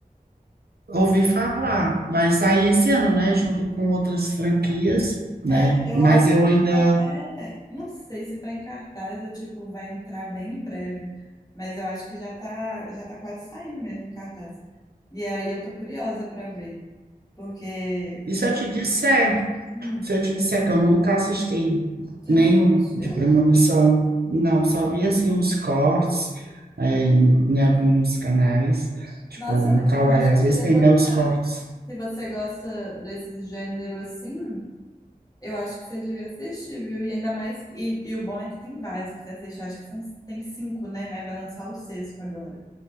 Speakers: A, on the right (about 80°); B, on the left (about 20°).
A: Ouvi falar, vai sair esse ano, né? Junto com outras franquias, né?
B: É, eu
A: Mas
B: acho
A: eu ainda.
B: que já até. Não sei se tá em cartaz ou tipo, vai entrar bem em breve. Mas eu acho que já tá, já tá quase saindo mesmo em cartaz. E aí eu tô curiosa pra ver. Porque.
A: E se eu te disser
B: hum,
A: Se eu te disser que eu nunca assisti
B: Você
A: nenhum
B: nunca assistiu?
A: de premonição, não, só vi assim uns cortes é, em, em alguns canais, tipo
B: Nossa,
A: no
B: mas
A: Kawaii,
B: eu acho
A: às
B: que você
A: vezes
B: ia
A: tem
B: gostar.
A: né, os cortes.
B: Se você gosta desse gênero assim, eu acho que você devia assistir, viu? E ainda mais. E, e o bom é que tem vários pra você assistir. Acho que são, tem cinco, né? Aí vai lançar o sexto agora.